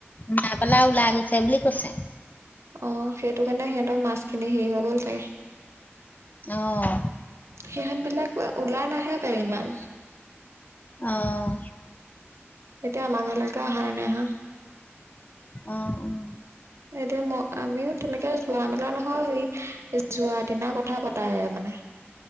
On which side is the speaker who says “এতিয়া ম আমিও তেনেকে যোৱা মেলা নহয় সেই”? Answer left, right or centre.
Right